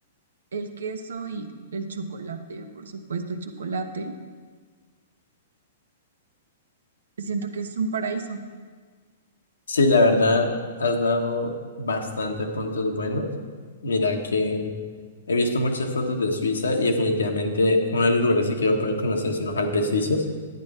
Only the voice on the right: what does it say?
el queso y el chocolate, por supuesto, el chocolate. Siento que es un paraíso.